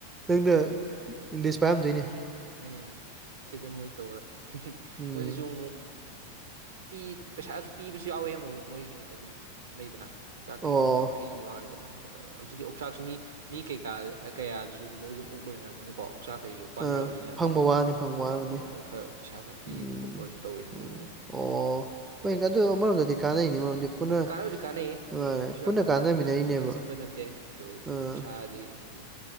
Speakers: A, on the right; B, on the right.
A: ꯅꯪꯅ
B: ꯎꯝ
A: ꯂꯤꯁ ꯄꯥꯏꯔꯝꯗꯣꯏꯅꯤ
B: ꯎꯝ ꯁꯤꯗ ꯃꯣꯏ ꯇꯧꯋꯦ
A: ꯎꯝ
B: ꯃꯣꯏꯗꯁꯨ ꯑꯃꯨꯛ ꯤ ꯄꯩꯁꯥꯁꯨ ꯄꯤꯕꯁꯨ ꯌꯥꯎꯋꯤ ꯑꯃꯨꯛ ꯃꯣꯏ ꯍꯥꯏꯗꯤ ꯂꯩꯗꯅ ꯀꯣꯡꯆꯥꯛ ꯀꯩ
A: ꯑꯣ
B: ꯐ꯭ꯔꯤ ꯃꯥꯟꯅꯗꯅ ꯑꯃ ꯈꯣꯠꯇꯕꯅꯤ ꯍꯧꯖꯤꯛꯇꯤ ꯑꯣꯛꯆꯥꯛꯁꯨ ꯃꯤ ꯀꯩꯀꯥ ꯀꯌꯥꯗꯨꯁꯨ ꯃꯣꯏꯁꯨ ꯑꯣꯛ ꯂꯣꯏꯅꯔꯕꯅꯤꯅꯀꯣ ꯆꯥꯛ ꯈꯩꯁꯨ ꯋꯥꯅꯥꯔꯕꯅꯤꯅꯥ
A: ꯑ ꯐꯪꯕ ꯋꯥꯅꯤ ꯐꯪꯕ ꯋꯥꯕꯅꯤ
B: ꯑꯗꯨꯝ ꯃꯣꯏ ꯈꯔ ꯄꯩꯁꯥ ꯈꯔ ꯄꯤꯕ
A: ꯎꯝ
B: ꯈꯣꯠꯄꯁꯨ ꯇꯧꯋꯤ ꯍꯪꯉꯣ
A: ꯎꯝ ꯑꯣ ꯍꯣꯏ
B: ꯑꯗꯨꯅꯤ
A: ꯑꯗꯨ ꯑꯃꯔꯣꯝꯗꯗꯤ ꯀꯥꯟꯅꯩꯅꯤ ꯃꯔꯝꯗꯤ ꯄꯨꯟꯅ
B: ꯑꯗꯨꯝ ꯀꯥꯟꯅꯕꯗꯤ ꯀꯥꯟꯅꯩ
A: ꯃꯥꯅꯦ
B: ꯑꯗꯨ ꯀꯩꯁꯨ
A: ꯄꯨꯟꯅ
B: ꯌꯥꯝꯅ
A: ꯀꯥꯟꯅꯃꯤꯟꯅꯔꯤꯅꯦꯕ
B: ꯑꯗꯨꯗ ꯑꯦꯛꯁꯄꯦꯟꯁ ꯆꯠꯄ ꯅꯠꯇꯦ ꯑꯗꯨ
A: ꯑꯥ
B: ꯄꯩꯁꯥꯗꯤ ꯑꯗꯨꯝ